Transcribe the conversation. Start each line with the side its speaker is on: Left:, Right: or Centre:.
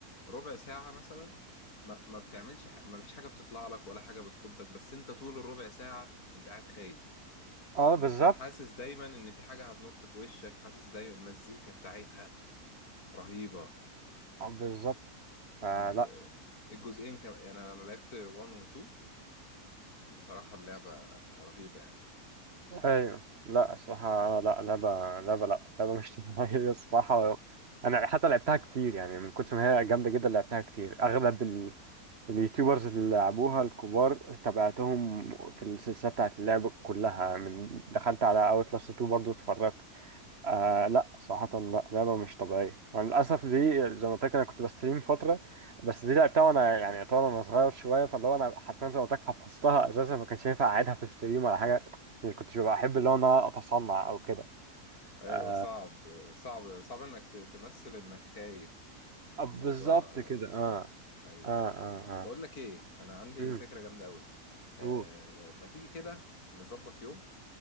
Left: ربع ساعه مثلا ما ما بتعملش ح... ما فيش حاجه بتطلع لك ولا حاجه بتخضك بس انت طول الربع ساعه انت قاعد خايف
Right: اه
Left: انت
Right: بالظبط
Left: حاسس دايما ان في حاجة هتنط في وشك حاسس دايما المزيكا بتاعتها رهيبة
Right: بالظبط فلا
Left: ال- الجزئين كمان يعني انا أنا لعبت 1 و 2 بصراحة اللعبة رهيبة يعني
Right: ايوه لا الصراحه لا لعبه لعبه لا لعبه مش <laughs> طبيعيه الصراحه انا حتى لعبتها كتير يعني من كتر ما هي جامده جدا لعبتها كتير اغلب ال... اليوتيوبرز اللي لعبوها الكبار تابعتهم في السلسله بتاعت اللعب كلها من دخلت على اوتلاست 2 برضو اتفرجت آه لا صراحة لا لعبة مش طبيعية مع للأسف دي زي ما قلت لك أنا كنت بستريم فترة بس دي لعبتها وأنا يعني يعتبر أنا صغير شوية فاللي هو أنا حرفيا زي ما قلت لك حفظتها أساسا ما كانش ينفع أعيدها في الستريم ولا حاجة يعني كنتش ببقى أحب اللي هو إن أنا أتصنع أو كده
Left: ايوه
Right: آه
Left: صعب صعب صعب انك ت- تمثل انك خايف
Right: آه، بالظبط
Left: الموضوع اه
Right: كده أه
Left: آه، ايوه
Right: أه أه
Left: ايوه
Right: أه
Left: بقول لك ايه انا عندي
Right: أمم،
Left: فكرة جامدة قوي آه
Right: أوه.
Left: ما تيجي كده نظبط يوم